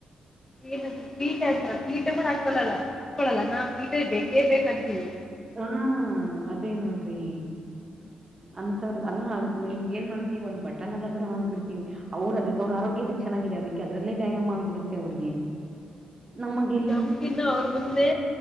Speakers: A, on the left (about 20°); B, on the right (about 20°).
A: ಏಂತ ಕೀಟ ಅಂತ ಕೀಟ ಕೂಡ ಹಾಕಲ್ಲಲ್ಲ ಇಕಳಲ್ಲ ನಾ ಪೀಠಲ್ಲಿ ಬೇಕೇ ಬೇಕಂತೀವಿ
B: ಹಾ ಅದೇ ನೋಡ್ರಿ ಅಂತದ ಅಲ್ಲ ಏನ್ ಮಾಡ್ತತಿವಿ ಒಂದ್ ಬಟನ್ ಎಲ್ಲ ಬಿಡ ಆಕ್ ಬಿಡ್ತಿವಿ ಅವ್ರ ಅದಕ್ಕೆ ಅವ್ರ ಆರೋಗ್ಯದಕ್ಕೆ ಚೆನ್ನಾಗಿದೆ ಅದಕ್ಕೆ ಅದ್ರಲ್ಲೇ ವ್ಯಾಯಾಮ ಆಗ್ಬಿಡುತ್ತೆ ಅವ್ರಿಗೆ ನಮಗೆ
A: ನಮ್ಕಿನ್ನ ಅವ್ರ ಮುಂದೆ